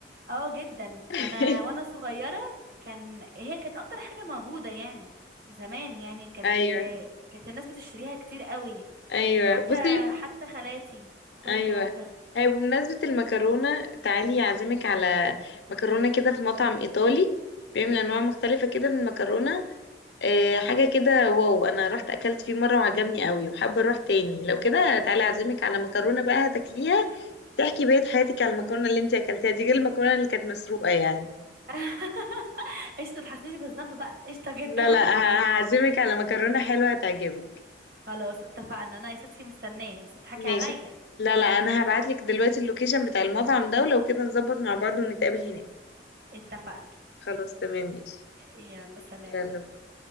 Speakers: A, on the right (about 55°); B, on the left (about 70°).
A: اه جدا انا
B: <laughs>
A: وانا صغيره كان هي كانت اكتر حاجه موجوده يعني زمان يعني كانت
B: ايوه
A: كانت الناس بتشتريها كتير قوي
B: ايوه
A: حتى
B: بصي
A: حتى خالاتي كل
B: ايوه
A: الكلام ده
B: هي بمناسبة المكرونة تعالي اعزمك على مكرونة كده في مطعم ايطالي بيعمل انواع مختلفة كده من المكرونة آه،
A: اه
B: حاجة كده واو انا رحت اكلت فيه مرة وعجبني قوي وحابة اروح تاني لو كده تعالي اعزمك على مكرونة بقى هتاكليها تحكي بقية حياتك على المكرونة اللي انت اكلتيها دي غير المكرونة اللي كانت مسروقة يعني
A: <laughs> قشطه تحسنيش بالذنب بقى قشطه جدا
B: لا لا ه- هعزمك على مكرونة حلوة هتعجبك
A: <laughs> خلاص اتفقنا انا يا ستي مستنيه بس تضحكي
B: ماشي
A: عليا
B: لا لا انا هبعتلك دلوقتي اللوكيشن بتاع المطعم ده ولو كده نظبط مع بعض ونتقابل هناك
A: اتفقنا
B: خلاص تمام ماشي
A: يلا سلام
B: يلا